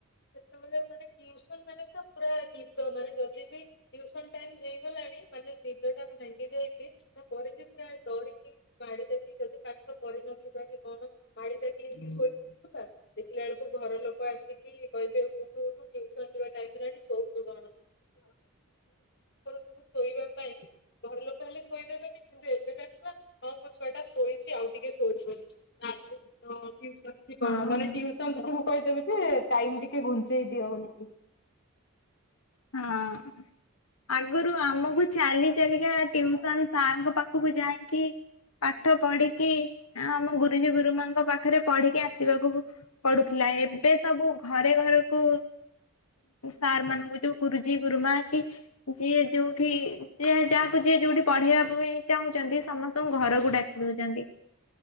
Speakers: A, on the left; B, on the left.
A: ସେତେବେଳେ ମାନେ ଟ୍ୟୁସନ ମାନେ ତ ପୁରା ନିଦ ମାନେ ଯଦି ବି ଟ୍ୟୁସନ ଟାଇମ ହେଇ ଗଲାଣି ମାନେ ନିଦଟା ଭାଙ୍ଗି ଯାଇଛି ତାପରେ ବି ପୁରା ଡରିକି ବାଡି ଦେବି ଯଦି ପାଠ କରି ନଥିବା କି କଣ ମାଡି ଯାକିକି ଶୋଇପଡୁଥୁବା, ଦେଖିଲା ବେଳକୁ ଘର ଲୋ କ ଆସିକି କହିବେ ଉଠ ଉଠ ଟ୍ୟୁସନ ଯିଵା ଟାଇମ୍ ହେଲାଣି ଶୋଉଛୁ କଣ?
B: ହ
A: ତାକୁ ଶୋଇବା ପାଇଁ ଘର ଲୋକ ହେଲେ ଶୋଇ ଦେବେନି କିନ୍ତୁ ଏବେକା ଛୁଆ ହଁ ମୋ ଛୁଆଟା ଶୋଇଛି ଆଉ ଟିକେ ଶୋଉ। <inaudible> ଟ୍ୟୁସନ ଯିବ
B: ହଁ।
A: ମାନେ ଟ୍ୟୁସ୍ <unintelligible> କହିଦେବେ ଯେ ଟାଇମ୍ ଟିକେ ଘୁଞ୍ଚେଇ ଦିଅ ବୋଲିକି।
B: ହଁ-ଅ-ଅ ଆଗରୁ ଆମକୁ ଚାଲି ଚାଲିକା ଟ୍ୟୁସନ ସାରଙ୍କ ପାଖକୁ ଯାଇକି ପାଠ ପଢିକି ଆମ ଗୁରୁଜୀ ଗୁରୁମାଙ୍କ ପାଖରେ ପଢିକି ଆସିବାକୁ ପଡୁଥିଲା ଏବେ ସବୁ ଘରେ ଘରକୁ ସାର୍ ମାନଙ୍କୁ ଯୋଉ ଗୁରୁଜୀ ଗୁରୁମା କି ଯିଏ ଯୋଉଠି ଯି ଯାହାକୁ ଯିଏ ଯୋଉଠି ପଢେଇବା କୁ ବି ଚାହୁଁଛନ୍ତି ସମସ୍ତଙ୍କୁ ଘରକୁ ଡାକି ଦଉଛନ୍ତି।